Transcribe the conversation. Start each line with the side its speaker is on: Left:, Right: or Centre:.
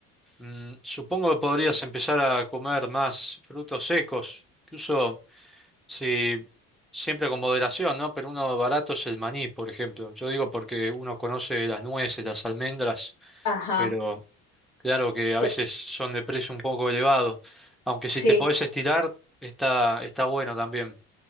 Centre: mm, supongo que podrías empezar a comer más frutos secos, incluso. Sí, siempre con moderación, ¿no? Pero uno barato es el maní, por ejemplo. Yo digo porque uno conoce las nueces, las almendras,
Left: Ajá,
Centre: pero claro que a
Left: que-
Centre: veces son de precio un poco elevado. Aunque
Left: sí.
Centre: si te podés estirar, está, está bueno también.